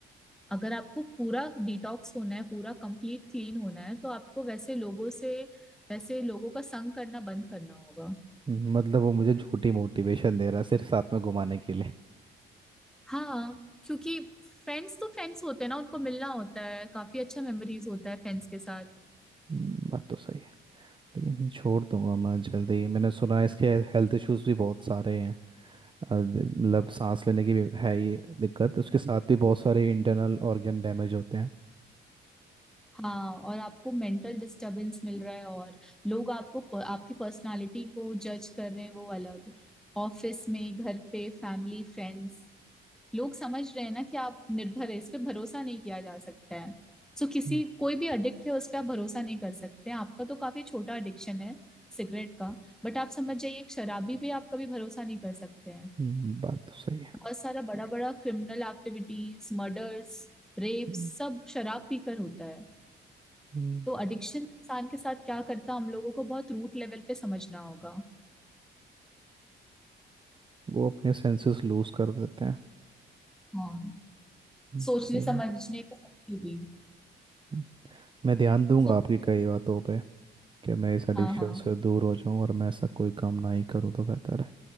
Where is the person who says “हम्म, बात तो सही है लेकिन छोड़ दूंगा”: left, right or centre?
Right